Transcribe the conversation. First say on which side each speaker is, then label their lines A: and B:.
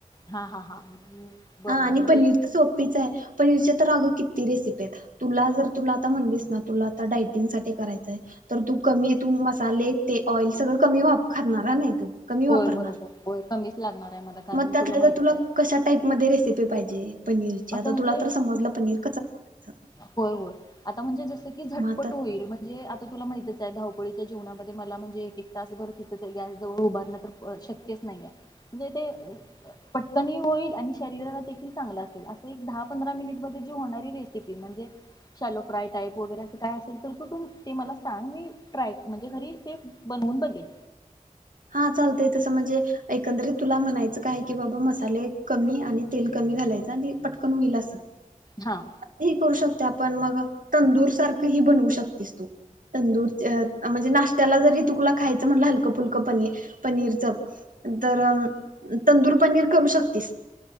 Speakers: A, on the left; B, on the right.
A: हा हा हा. बरं
B: हा आणि
A: म्हणजे
B: पनीर तर सोपीच आहे. पनीरच्या तर अगं किती रेसिपी आहेत. तुला जर तुला आता म्हणलीस ना तुला आता डायटिंग साठी करायचंय तर तू कमी तू मसाले ते ऑइल सगळं कमी खातणार नाही तू. कमी वापरणार
A: होय बरोबर, होय कमीच लागणार आहे मला कारण
B: मग त्यातल्या
A: तुला माहिती
B: तर
A: आहे.
B: कशा <unintelligible> पाहिजे. पनीरची
A: असं
B: आता
A: म्हणजे?
B: तुला तर समजलं पनीर कसं करायचं
A: होय होय. आता म्हणजे जस की झटपट
B: मग आता
A: होईल म्हणजे आता तुला माहि धावपळीच्या जीवनामध्ये मला म्हणजे एक एक तास भर तिथ गॅस जवळ उभारण तर शक्यच नाहीय. <unintelligible> <unintelligible> होईल आणि शरीराला देखील चांगला अस दहा पंधरा मिनिट मध्ये जी होणारी रेसिपी म्हणजे, शॅलो फ्राय टाईप वगैरे अस काय असेल तर कुठून ते मला सांग मी ट्राय म्हणजे, घरी ते बनवून बघेल.
B: हा चालतय तसं म्हणजे, एकंदरीत तुला म्हणायचं काय की बाबा मसाले कमी आणि तेल कमी घालायचं आणि पटकन होईल असं.
A: हा
B: हे करू शकते आपण मग तंदूर सारख हि बनवू शकतेस तू. तंदूर च म्हणजे नाश त्याला जरी तुला खायच म्हण फुलक पनीर. पनिरच. तर तंदूर पनीर करू शकतीस.